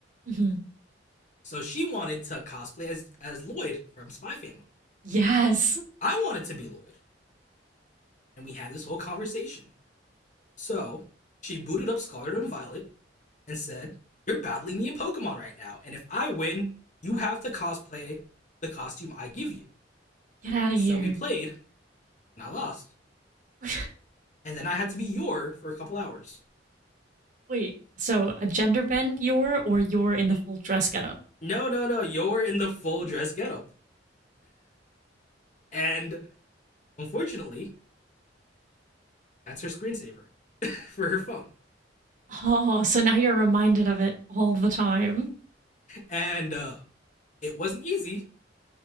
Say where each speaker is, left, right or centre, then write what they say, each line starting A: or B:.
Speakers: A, on the right; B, on the left.
A: hmm
B: So she wanted to cosplay as as Lloyd from Spy Family.
A: Yes.
B: I wanted to be Lloyd, and we had this whole conversation. So she booted up Scarlet and Violet, and said, You're battling me in Pokemon right now, and if I win, you have to cosplay the costume I give you.
A: Get out of
B: So
A: here.
B: we played, and I lost.
A: <laughs>
B: And then I had to be Yor for a couple hours.
A: Wait, so a gender bend you're or you're in
B: N-
A: the full dress getup?
B: no, no, no, Yor in the full dress getup. And unfortunately, that's her screensaver <laughs> for her phone.
A: Oh, so now you're reminded of it all the time.
B: And uh, it wasn't easy